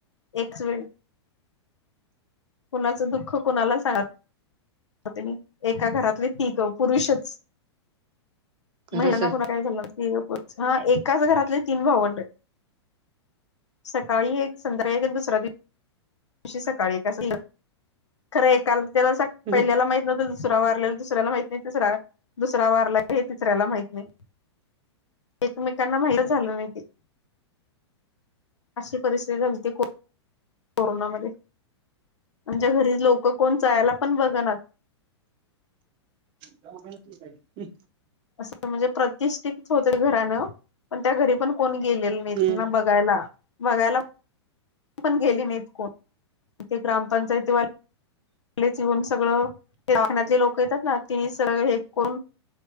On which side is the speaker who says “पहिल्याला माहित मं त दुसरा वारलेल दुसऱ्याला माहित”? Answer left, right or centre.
Left